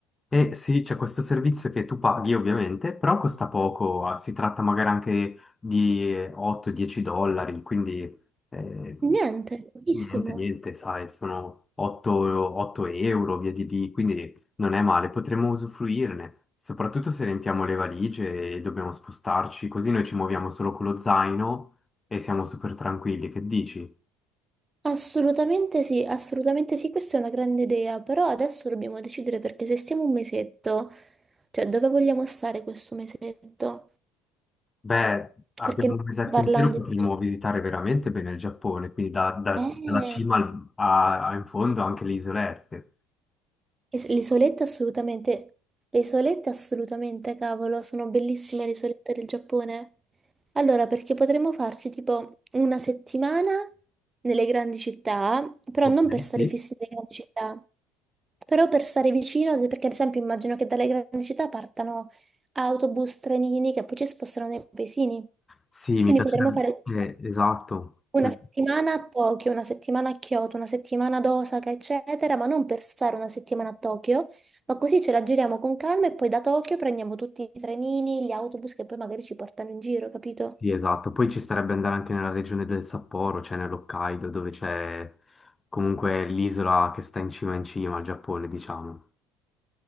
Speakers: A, on the left (about 20°); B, on the right (about 20°).
A: E sì, c'è questo servizio che tu paghi ovviamente, però costa poco, ah, si tratta magari anche di 8-10 dollari, quindi eh,
B: Niente, pochissimo.
A: niente, niente, sai, sono 8, 8 euro, via di lì, quindi non è male, potremmo usufruirne, soprattutto se riempiamo le valigie e dobbiamo spostarci, così noi ci muoviamo solo con lo zaino e siamo super tranquilli, che dici?
B: Assolutamente sì, assolutamente sì, questa è una grande idea, però adesso dobbiamo decidere perché se stiamo un mesetto, cioè dove vogliamo stare questo mesetto?
A: Beh, abbiamo
B: Perché non
A: un mesetto
B: stiamo parlando
A: intero, potremmo
B: di...
A: visitare veramente bene il Giappone, quindi da- da-
B: Eh,
A: dalla cima al- a, a in fondo anche le isolette.
B: E s- Le isolette assolutamente, le isolette assolutamente, cavolo, sono bellissime le isolette del Giappone. Allora, perché potremmo farci tipo una settimana nelle grandi città, però
A: Ok,
B: non per stare
A: sì.
B: fissi nelle grandi città, però per stare vicino, perché ad esempio immagino che dalle grandi città partano autobus, trenini che poi ci spostano nei paesini.
A: Sì, mi
B: Quindi
A: piacerebbe.
B: potremmo fare
A: eh, esatto.
B: una
A: Mm,
B: settimana a Tokyo, una settimana a Kyoto, una settimana ad Osaka, eccetera, ma non per stare una settimana a Tokyo, ma così ce la giriamo con calma e poi da Tokyo prendiamo tutti i trenini, gli autobus che poi magari ci portano in giro, capito?
A: Sì, esatto. Poi ci starebbe andare anche nella regione del Sapporo, cioè nell'Hokkaido, dove c'è comunque l'isola che sta in cima in cima al Giappone, diciamo.